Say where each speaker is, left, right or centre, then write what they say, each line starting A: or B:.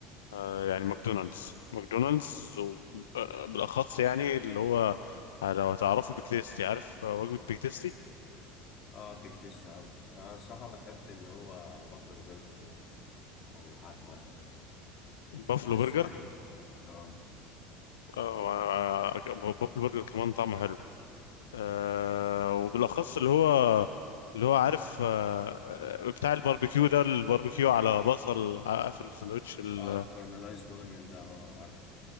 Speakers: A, on the left; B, on the left.
A: آه، يعني ماكدونالدز ماكدونالدز و- آه، بالاخص يعني اللي هو آه، لو تعرفوا بيك تيستي عارف آه، وجبة بيك تيستي
B: اه بيك تيست عارف انا الصراحة بحب اللي هو بافلو برجر ده او عارفه يعني
A: بافلو
B: بحسه
A: برجر
B: يعني اه
A: آه، آه، آه، بافلو برجر كمان طعمه حلو آه، وبالاخص اللي هو اللي هو عارف آه، آه، بتاع الباربيكيو ده الباربيكيو على بصل على- في الساندوتش ال-
B: اه كارملايزد اونيون ده اه عارف